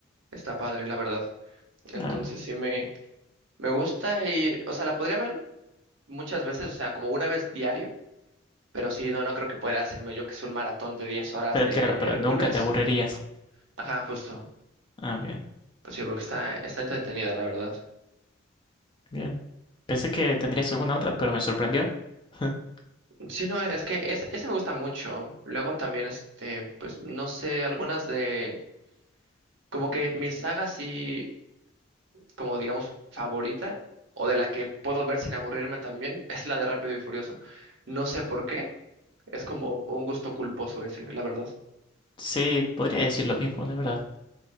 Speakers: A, on the right; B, on the left.
A: está padre, la verdad. Entonces
B: Ah,
A: sí me, me gusta y, o sea, la podría ver muchas veces, o sea, como una vez diario Pero sí, no, no creo que podría hacerme yo que es un maratón de 10 horas
B: pero
A: de
B: claro, pero
A: Hércules.
B: nunca te aburrirías.
A: ¿no? Ajá, justo.
B: Ah, bien,
A: Pues sí, porque está, está entretenida, la verdad.
B: bien. Pensé que tendrías alguna otra, pero me sorprendió. <laughs>
A: Sí, no, es que es, esa me gusta mucho. Luego también, este, pues no sé, algunas de, como que mi saga sí, como digamos, favorita, o de la que puedo ver sin aburrirme también, <laughs> es la de Rápido y Furioso. No sé por qué, es como un gusto culposo ese, la verdad.
B: Sí, podría decir lo mismo, la verdad.